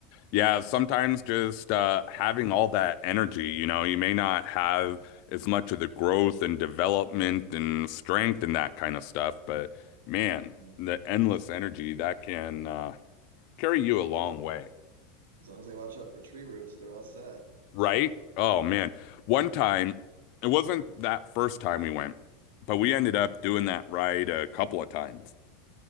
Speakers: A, on the left; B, on the right.
A: Yeah. Sometimes just uh, having all that energy, you know, you may not have as much of the growth and development and strength and that kind of stuff, but man,
B: Mhm.
A: the endless energy that can uh, carry you
B: As
A: a
B: long
A: long
B: as they,
A: way.
B: as long as they watch out for tree roots, they're all set.
A: Right. Oh man. One time, it wasn't that first time we went, but we ended up doing that ride a couple of times.